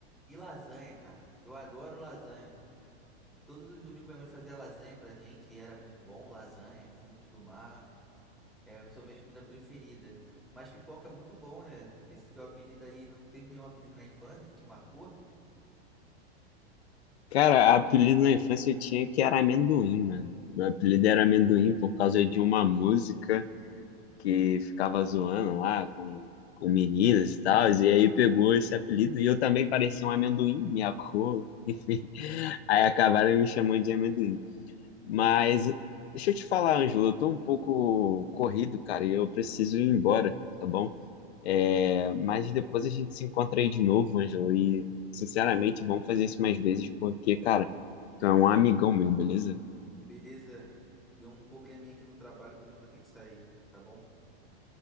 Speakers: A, in the centre; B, on the left.
A: e lasanha, cara. Eu adoro lasanha. Todos os domingos minha mãe fazia lasanha pra gente e era muito bom, lasanha, frutos do mar, é, são minhas comidas preferidas. Mas pipoca é muito bom, né? Esse teu apelido aí, não teve nenhum apelido na infância que te marcou?
B: Cara, apelido na infância eu tinha que era amendoim, mano. Meu apelido era amendoim por causa de uma música que ficava zoando lá com, com meninas e tal, e aí pegou esse apelido, e eu também parecia um amendoim, minha cor, <laughs> enfim. Aí acabaram me chamando de amendoim. Mas deixa eu te falar, Ângelo, eu tô um pouco corrido, cara, e eu preciso ir embora, tá bom? É, mas depois a gente se encontra aí de novo, Ângelo, e sinceramente vamos fazer isso mais vezes, porque, cara, tu é um amigão meu, beleza?
A: Beleza, deu um probleminha aqui no trabalho, também vou ter que sair, tá bom?